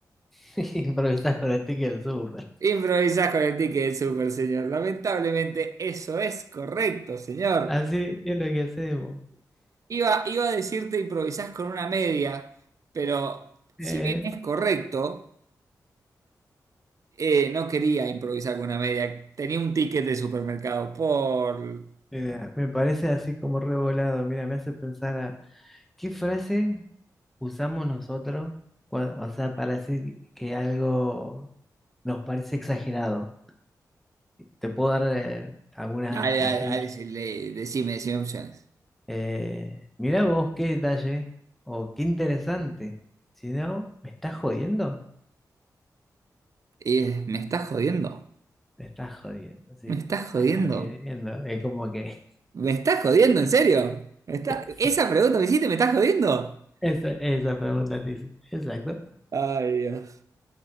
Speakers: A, in the centre; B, on the right.
A: <laughs> Improvisas con el ticket del súper.
B: Improvisás con el ticket del súper, señor. Lamentablemente eso es correcto, señor.
A: Así es lo que hacemos.
B: Iba, iba a decirte improvisás con una media, pero
A: Eh,
B: si bien es correcto, eh, no quería improvisar con una media. Tenía un ticket de supermercado por...
A: mira, me parece así como revolado. Mira, me hace pensar a qué frase usamos nosotros, cua- o sea, para decir que algo nos parece exagerado. Te puedo dar eh, algunas
B: Dale, dale,
A: ayuditas.
B: dale, decirle, decime, decime opciones.
A: Eh, mirá vos qué detalle o qué interesante. Si no, ¿me estás jodiendo?
B: Y eh, me estás jodiendo,
A: Me estás jodiendo, sí,
B: me estás jodiendo,
A: me estás jodiendo. Es como que.
B: me estás jodiendo, en serio. ¿Me está-
A: <laughs>
B: Esa pregunta que hiciste, ¿me estás jodiendo?
A: Esa, esa pregunta dice. Exacto.
B: Ay, Dios.